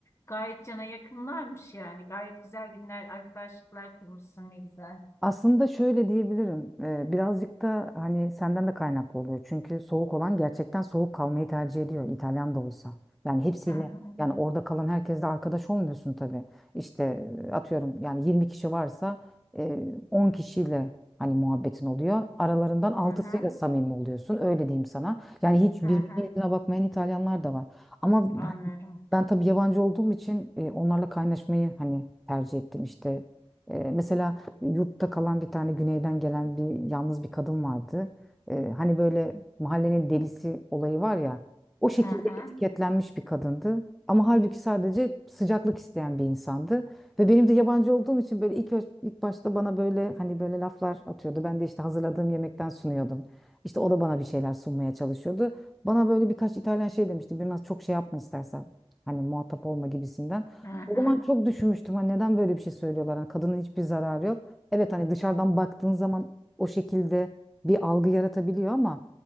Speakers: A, on the left (about 25°); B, in the centre.
A: gayet cana yakınlarmış yani. Gayet güzel günler, arkadaşlıklar kurmuşsun ne güzel.
B: Aslında şöyle diyebilirim. e, birazcık da hani senden de kaynaklı oluyor. Çünkü soğuk olan gerçekten soğuk kalmayı tercih ediyor. İtalyan da olsa. Yani hepsiyle
A: Hı hı.
B: yani orada kalan herkesle arkadaş olmuyorsun tabii. İşte e, atıyorum yani 20 kişi varsa e, 10 kişiyle hani muhabbetin oluyor. Aralarından altısıyla
A: Hı hı,
B: samimi oluyorsun. Öyle diyeyim sana. Yani hiç birbirinin
A: hı hı,
B: yüzüne bakmayan İtalyanlar da var. Ama hani
A: anlarım.
B: ben tabii yabancı olduğum için e, onlarla kaynaşmayı hani tercih ettim işte. E, mesela yurtta kalan bir tane güneyden gelen bir yalnız bir kadın vardı. Ee, hani böyle mahallenin delisi olayı var ya o şekilde
A: Hı hı,
B: etiketlenmiş bir kadındı. Ama halbuki sadece sıcaklık isteyen bir insandı. Ve benim de yabancı olduğum için böyle ilk, ö- ilk başta bana böyle hani böyle laflar atıyordu. Ben de işte hazırladığım yemekten sunuyordum. İşte o da bana bir şeyler sunmaya çalışıyordu. Bana böyle birkaç İtalyan şey demişti. Biraz çok şey yapma istersen. Hani muhatap olma gibisinden.
A: hı hı.
B: O zaman çok düşünmüştüm. Hani neden böyle bir şey söylüyorlar? Hani kadının hiçbir zararı yok. Evet hani dışarıdan baktığın zaman o şekilde bir algı yaratabiliyor ama